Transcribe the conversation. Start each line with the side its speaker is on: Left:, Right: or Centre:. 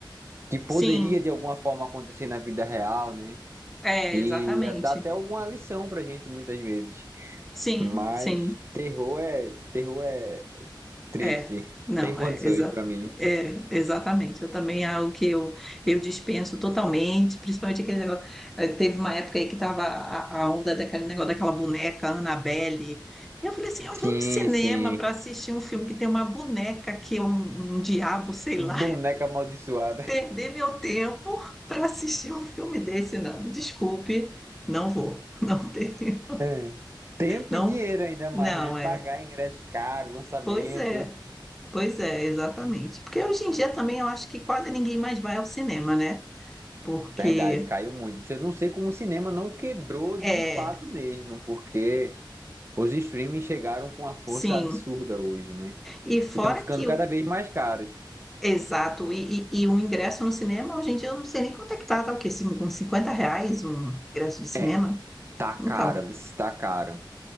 Right: que poderia
Centre: sim,
Right: de alguma forma acontecer na vida real, né?
Centre: é,
Right: E
Centre: exatamente.
Right: dá até alguma lição pra gente muitas vezes.
Centre: Sim,
Right: Mas
Centre: sim,
Right: terror é, terror é triste,
Centre: é. Não,
Right: sem condições
Centre: é, exa
Right: pra mim.
Centre: é, exatamente. Eu também, é algo que eu, eu dispenso totalmente, principalmente aquele negócio. é, Teve uma época aí que tava a, a onda daquele negócio daquela boneca Annabelle. Eu falei assim, eu vou
Right: Sim,
Centre: no cinema
Right: sim.
Centre: para assistir um filme que tem uma boneca que é um, um diabo, sei lá.
Right: Boneca amaldiçoada.
Centre: perder meu tempo para assistir um filme desse, não. Me desculpe, não vou, <laughs> não tenho,
Right: É. Tempo
Centre: não,
Right: e dinheiro ainda mais,
Centre: não
Right: né? Pagar
Centre: é.
Right: ingresso caro, lançamento.
Centre: Pois é, pois é, exatamente. Porque hoje em dia também eu acho que quase ninguém mais vai ao cinema, né? Porque
Right: Verdade, caiu muito. Eu não sei como o cinema não quebrou de
Centre: é,
Right: fato mesmo, porque os streaming chegaram com uma força
Centre: sim.
Right: absurda hoje, né?
Centre: E fora
Right: então ficando
Centre: que
Right: cada
Centre: o
Right: vez mais caros.
Centre: Exato, e, e- e o ingresso no cinema, hoje em dia eu não sei nem quanto é que tá, tá o quê? Cin- Uns 50 reais um ingresso de cinema?
Right: É, tá caro,
Centre: Então,
Right: viu? tá caro.